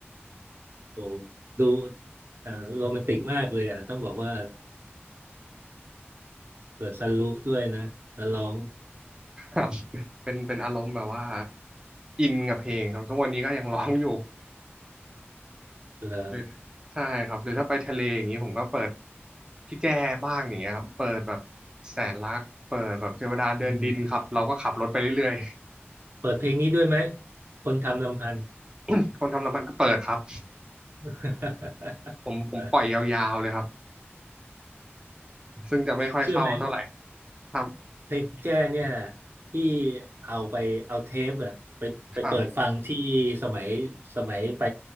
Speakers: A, on the right; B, on the right.
A: โอ้ดูอ่าโรแมนติกมากเลยอ่ะต้องบอกว่าเปิดซันรูฟด้วยนะแล้วร้อง
B: ครับเป็นเป็นอารมณ์แบบว่าอินกับเพลงครับทุกวันนี้ก็ยังร้องอยู่
A: เหรอ
B: หรือใช่ครับหรือถ้าไปทะเลอย่างนี้ผมก็เปิดพี่แจ้บ้างอย่างเงี้ยครับเปิดแบบแสนรักเปิดแบบเทวดาเดินดินครับเราก็ขับรถไปเรื่อย
A: อืมเปิดเพลงนี้ด้วยไหมคนทำลำพันธ์
B: ๆ <laughs> คนทำน้ำมันก็เปิดครับ
A: <laughs>
B: ผมผมปล่อยยาวๆเลยครับซึ่งจะไม่ค่อยเข้าเท่าไหร่
A: เชื่อไหม
B: ครับ
A: เพลงแจ้เนี่ยที่เอาไปเอาเทปอะไปไปเปิดฟังที่สมัยสมัยไป
B: ครับ